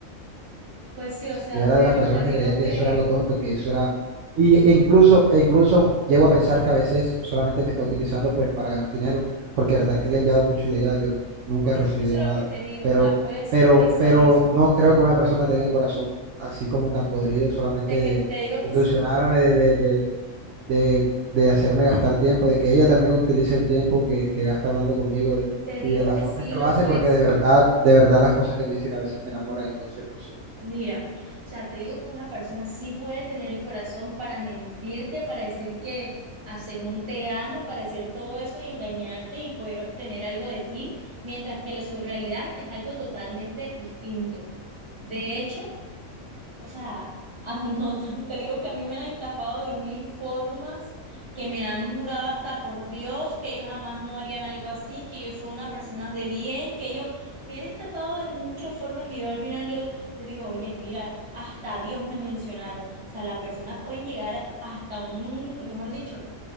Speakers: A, on the right; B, on the right.
A: Pues sí, o sea,
B: yo era
A: pero
B: de las personas
A: te digo
B: que creía que
A: que,
B: eso era algo tonto, que eso era... Y e incluso, e incluso llego a pensar que a veces solamente me está utilizando pues para ganar dinero, porque de verdad que le he enviado mucho y de allá yo nunca he recibido
A: es que eso es lo
B: nada.
A: que te digo,
B: Pero,
A: o sea, puede ser
B: pero,
A: que sea
B: pero
A: eso.
B: no creo que una persona tenga el corazón así como tan podrido, solamente
A: Te,
B: de
A: cre- te digo que
B: ilusionarme,
A: sí,
B: de, de, de, de, de hacerme gastar tiempo, de que ella también utilice el tiempo que, que gasta hablando conmigo de-
A: te digo
B: y de la
A: que
B: forma
A: sí
B: en que
A: lo
B: lo hace,
A: puede,
B: porque de verdad, de verdad las cosas que me dicen a veces me enamoran, entonces no sé.
A: mira, o sea, te digo que una persona sí puede tener el corazón para mentirte, para decir que a según te ama, para decir todo eso y engañarte y poder obtener algo de ti, mientras que la, su realidad es algo totalmente distinto. De hecho, O sea, a mí no, <laughs> te digo que a mí me han estafado de mil formas, que me han jurado hasta por Dios que ellos jamás no harían algo así, que ellos son una persona de bien, que ellos me han estafado de muchas formas que yo al final yo, yo digo, oye, mira, hasta a Dios me mencionaron. O sea, las personas pueden llegar hasta un, mejor dicho,